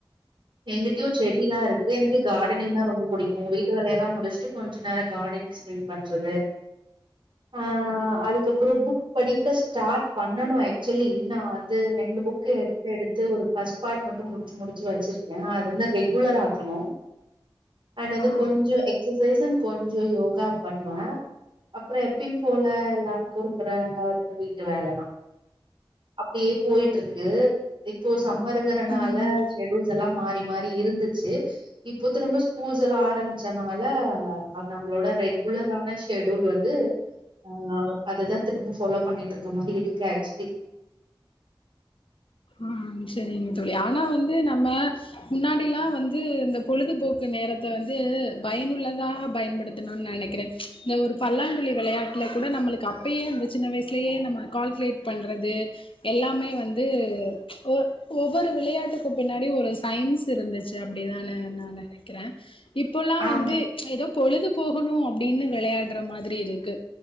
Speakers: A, on the right; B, on the left.
A: எங்கிட்டயு செடியில்லா இருக்கு எனக்கு காடர்னிங்னா ரொம்ப பிடிக்கு வீட்டு வேலை எல்லா முடிச்சுட்டு கொஞ்சு நேரோ காடன்ஸ் ஸ்பெண்ட் பண்றது ஆ அதுக்கப்புறம் புக் படிக்க ஸ்டாட் பண்ணனு ஆக்சுயிலி நா ந்து ரெண்டு புக் எடுத்து எடுத்து ஒரு பஸ்ட் பார்ட் மட்டும் முடிச்சு முடிச்சு வச்சிருக்கே அது என்ன ரெகு ஆக்கணு அண்ட் வந்து
B: ஆ
A: கொஞ்சோ எக்சசைஸ் கொஞ்சோ யோகா பண்ணுவே அப்பறோ எப்பயு போல எல்லாருக்கு இருக்கிற இந்தந்த வீட்டு வேல தா அப்டியே போய்ட்டு இருக்கு இப்போ சம்மர்ங்கறனால
B: ம்
A: ஷெடியூல்ஸ் எல்லா மாறி மாறி இருந்துச்சு இப்போ திரும்ப ஸ்கூல்ஸ் எல்லா ஆரம்பிச்சதுனால நம்மளோட ரெகுலரான ஷெடியூல் வந்து ஆ அததா திரும்ப ஃபாலோ பண்ணிட்டு இருக்க மாரி இருக்கு ஆக்சுவலி
B: ம் செரிங்க தோழி ஆனா வந்து நம்ம முன்னாடி எல்லா வந்து இந்த பொழுதுபோக்கு நேரத்த வந்து பயனுள்ளதா பயன்படுத்தணும்னு நெனக்கிறே இந்த ஒரு பல்லாங்குழி வெளயாட்டுல கூட நம்மளுக்கு அப்பயே இந்த சின்ன வயசுலயே நம்ம கால்குலேட் பண்றது எல்லாமே வந்து வந்து ஒ ஒவ்வொரு விளையாட்டுக்கு பின்னாடி ஒரு சயின்ஸ் இருந்துச்சு அப்டிதான்னு நா நெனக்கிறே இப்போல்லா
A: ஆம்
B: வந்து ஏதோ பொழுது போகணு அப்டின்னு வெளயாடுற மாரி இருக்கு